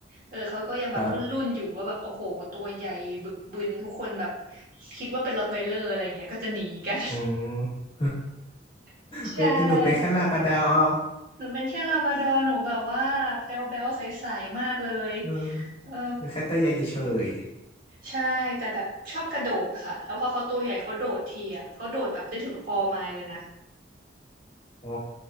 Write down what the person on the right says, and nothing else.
เออเขาก็ยังแบบรุ่นๆอยู่ว่าแบบโอ้โหตัวใหญ่บึกบึนทุกคนแบบ
คิดว่าเป็นรอตไวเลอร์อะไรอย่างเงี้ยก็จะหนีกัน
<laughs> ใช่
หนูเป็นแค่ลาบราดอร์หนูแบบว่าแบ๊วๆใสๆมากเลย
เออ
ใช่แต่แบบชอบกระโดดค่ะแล้วพอเขาตัวใหญ่เขาโดดทีอ่ะเขาโดดแบบได้ถึงคอไม้เลยนะ